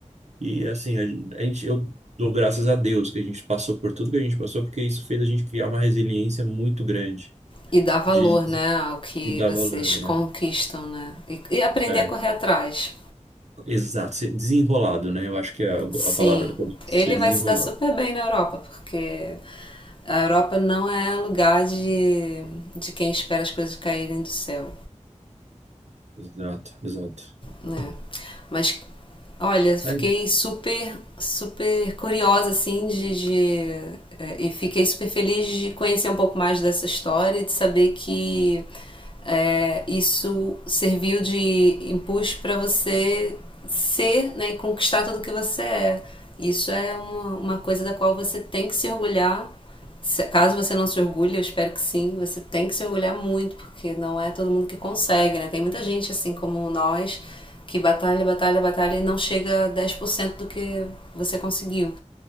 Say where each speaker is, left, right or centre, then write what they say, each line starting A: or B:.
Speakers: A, on the right; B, on the left.
A: E assim, a gen- a gente, eu dou graças a Deus que a gente passou por tudo que a gente passou, porque isso fez a gente criar uma resiliência muito grande
B: E dar valor,
A: de,
B: né, ao que
A: de dar
B: vocês
A: valor,
B: conquistam,
A: né?
B: né? E, e aprender
A: É,
B: a correr atrás.
A: exato, ser desenrolado, né? Eu acho que é a,
B: Sim,
A: a palavra, ser
B: ele
A: desenrolado.
B: vai se dar super bem na Europa, porque a Europa não é lugar de, de quem espera as coisas caírem do céu.
A: Exato, exato.
B: né? Mas olha, fiquei
A: É,
B: super, super curiosa assim de, de eh, e fiquei super feliz de conhecer um pouco mais dessa história e de saber que eh, isso serviu de impulso para você ser, né, e conquistar tudo que você é. Isso é uma, uma coisa da qual você tem que se orgulhar se- caso você não se orgulhe, eu espero que sim, você tem que se orgulhar muito, porque não é todo mundo que consegue, né? Tem muita gente assim como nós que batalha, batalha, batalha e não chega a 10% do que você conseguiu.